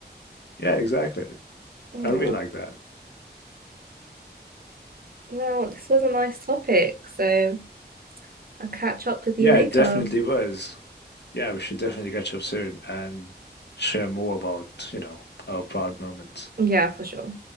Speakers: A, on the left; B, on the right.
A: yeah, exactly.
B: Yeah.
A: I really like that.
B: Well, this was a nice topic, so I'll catch up with
A: Yeah,
B: you later.
A: it definitely was. Yeah, we should definitely catch up soon and share more about, you know, our proud moments.
B: Yeah, for sure.